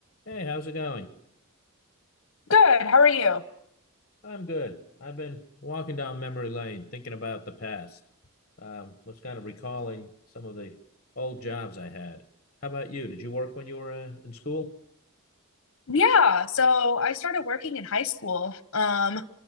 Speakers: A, on the left; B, on the left.
A: Hey, how's it going?
B: Good. How are you?
A: I'm good. I've been walking down memory lane thinking about the past. Um, was kind of recalling some of the old jobs I had. How about you? Did you work when you were uh, in school?
B: Yeah, so I started working in high school. Um,